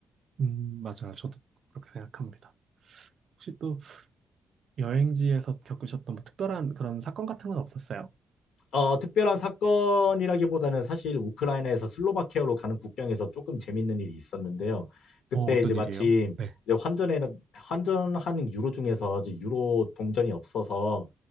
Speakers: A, on the right; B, on the left.
A: 음, 맞아요. 저도 그렇게 생각합니다. 혹시 또 여행지에서 겪으셨던 뭐 특별한 그런 사건 같은 건 없었어요?
B: 어, 특별한 사건이라기보다는 사실 우크라이나에서 슬로바키아로 가는 국경에서 조금 재밌는 일이 있었는데요. 그때
A: 어, 어떤
B: 이제 마침
A: 일이에요? 네.
B: 이제 환전에 환전하는 유로 중에서 이제 유로 동전이 없어서